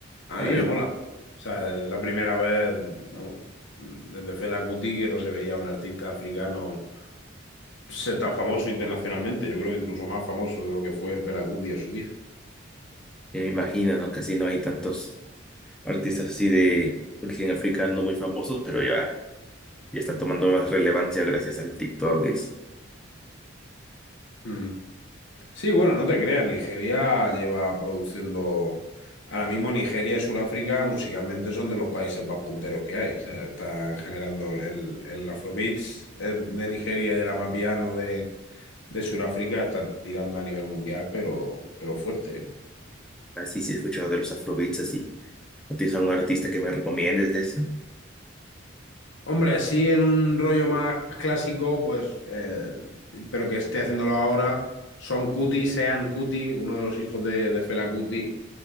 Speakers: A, on the left (about 65°); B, in the centre.
A: A
B: ¿vale?
A: mí me mola. O sea, es la primera vez, vamos, desde Fela Kuti que no se veía un artista africano ser tan famoso internacionalmente. Yo creo que incluso más famoso de lo que fue Fela Kuti en su día.
B: Ya me imagino, ¿no? Casi no hay tantos artistas así de origen africano muy famosos, pero ya, ya están tomando más relevancia gracias al TikTok. Es,
A: Mm. Sí, bueno, no te creas, Nigeria lleva produciendo. Ahora mismo Nigeria y Sudáfrica musicalmente son de los países más punteros que hay. O sea, están generando el, el Afrobeats eh, de Nigeria y el Amapiano de, de Sudáfrica está tirando a nivel mundial, pero, pero fuerte. ¿eh?
B: así sí sí, he escuchado de los afrobeats, así. ¿No tienes algún artista que me recomiendes de eso?
A: Hombre, así en un rollo más clásico, pues, eh, pero que esté haciéndolo ahora, Son Cuti, Sean Cuti, uno de los hijos de, de Fela Cuti,